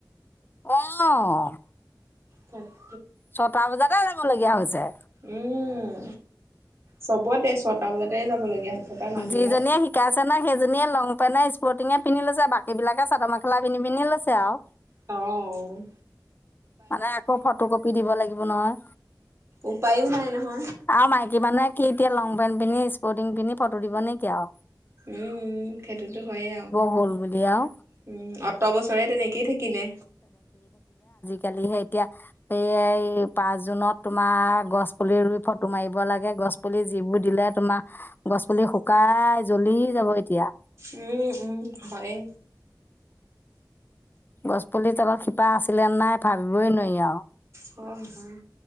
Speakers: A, on the left; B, on the right.
A: ৱাও
B: ত
A: ছটা বজাতে ৰ খিব লগীয়া হৈছে
B: উম চবতে ছটা বজাতে যাব লাগে লগীয়া হৈছে পাই মানুহবিলাক
A: যিজনীয়ে শিকাই আছে ন সেইজনীয়ে লং পেনে স্পৰ্টিঙে পিন্ধি লৈছে বাকী বিলাকে চাদৰ মেখেলা পিন্ধি পিন্ধিয়ে লৈছে আও
B: অহ
A: মানে আকৌ ফটো কপি দিব লাগিব নহয়
B: উপায়ো নাই নহয়।
A: আৰু মাইকী মানে কি এতিয়া লং পিন্ধি স্পৰ্টিং পিন্ধি ফটো দিব নে কি আও
B: উম সেইটোতো হয়ে আও
A: হ'ল বুলি আৰু
B: উম অত বছৰে তেনেকেই থাকিলে
A: কালি সে এতিয়া সেই পাঁচ জুনত তোমাৰ গছ পুলি ৰুই তোমাৰ এইবোৰক লগে গছ পুলি। যিবোৰ দিলে তোমাক গছ পুলি শুকাই। জ্বলি যাব এতিয়া।
B: উম-উম হয়।
A: গছ পুলি তলত শিপা আছিলে নাই ভাবিবই নোৱাৰি আৰু।
B: হয়-হয়